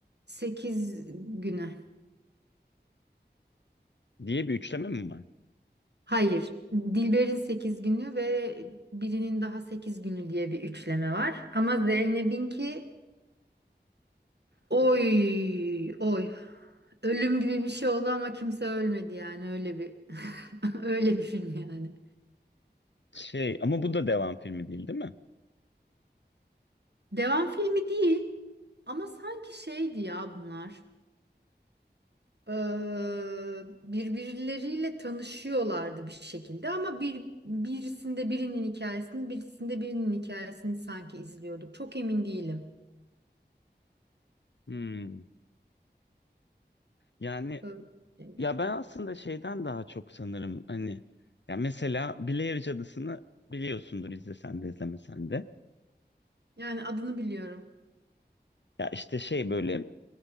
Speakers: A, on the right (about 70°); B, on the left (about 80°).
A: sekiz günü.
B: diye bir üçleme mi var?
A: Hayır, Dilber'in sekiz günü ve birinin daha sekiz günü diye bir üçleme var. Ama Zeynep'inki oy oy. Ölüm gibi bir şey oldu ama kimse ölmedi yani öyle bir <laughs> öyle bir film yani.
B: Şey ama bu da devam filmi değil, değil mi?
A: Devam filmi değil ama sanki şeydi ya bunlar. Ee, birbirleriyle tanışıyorlardı bir şekilde ama bir birisinde birinin hikayesini, birisinde birinin hikayesini sanki izliyorduk. Çok emin değilim.
B: Hmm. Yani
A: Öyle bir şeydi.
B: ya ben aslında şeyden daha çok sanırım hani ya mesela Blair Cadısı'nı biliyorsundur izlesen de izlemesen de.
A: Yani adını biliyorum.
B: Ya işte şey böyle